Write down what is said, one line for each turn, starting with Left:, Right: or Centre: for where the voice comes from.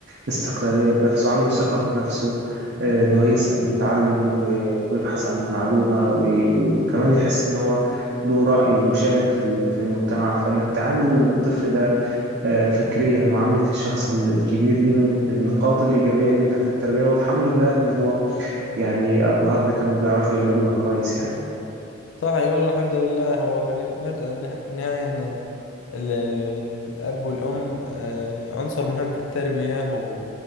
Right: استقلالية بنفسه عنده ثقة في نفسه آه، إن هو يسأل ويتعلم و- ويبحث عن معلومة وي- وكمان يحس إن هو له رأي ومشارك في ال- في المجتمع فإنك تعامل الطفل ده آه، فكريا معاملة الشخص ال- الكبير دي من النقاط الإيجابية جدا في التربية والحمد لله إن هو يعني أبهاتنا كانوا بيعرفوا يعملوها كويس يعني
Left: صح أي والله الحمد لله هو في الن- نرجع للنها- في النهاية إنه ال- ال- ال- الأب والأم آه، عنصر مهم في التربية و...